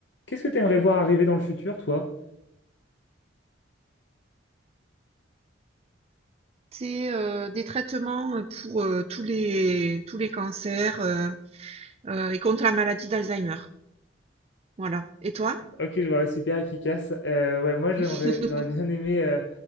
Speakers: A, on the left; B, on the right.
A: Qu'est-ce que tu aimerais voir arriver dans le futur, toi?
B: C'est, heu, des traitements, pour, heu, tous les tous les cancers, heu heu et contre la maladie d'Alzheimer. Voilà et toi?
A: Ok, je vois, ouais, super efficace. Euh, ouais, moi, j'aimerais,
B: <laughs>
A: j'aurais bien aimé euh,